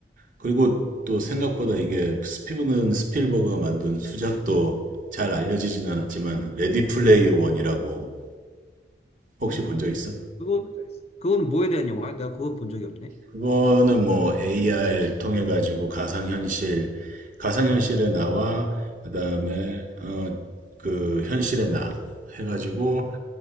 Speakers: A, on the right; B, on the left.
A: 그리고 또 생각보다 이게 스피븐 스필버그가 만든 수작도 잘 알려지진 않았지만, 레디 플레이어 원이라고 혹시
B: 음.
A: 본 적 있어?
B: 그거, 그거는 뭐에 대한 영화야? 내가 그건 본 적이 없네.
A: 그거는 뭐 AR 통해 가지고 가상현실, 가상현실의 나와 그다음에 어, 그 현실의 나 해가지고